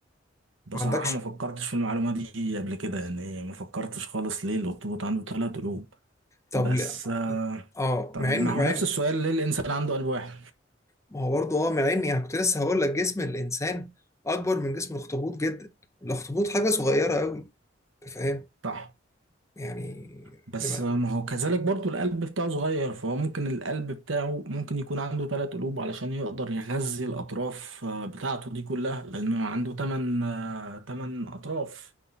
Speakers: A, on the right (about 80°); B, on the left (about 15°).
A: بصراحة
B: ما عندكش
A: ما فكرتش في المعلومة دي قبل كده يعني ما فكرتش خالص ليه الأخطبوط عنده تلات قلوب
B: طب
A: بس
B: ل- اه
A: طب
B: مع ان
A: ما هو
B: مع
A: نفس
B: ان
A: السؤال ليه الإنسان عنده قلب واحد
B: ما هو برضه اه مع ان يعني كنت لسه هقول لك جسم الانسان اكبر من جسم الاخطبوط جدا الاخطبوط حاجه صغيره قوي انت فاهم
A: صح
B: يعني
A: بس
B: ده ما
A: ما هو كذلك برضو القلب بتاعه صغير فهو ممكن القلب بتاعه ممكن يكون عنده ثلاث قلوب علشان يقدر يغذي الأطراف آه، بتاعته دي كلها لأنه عنده ثمان ثمان أطراف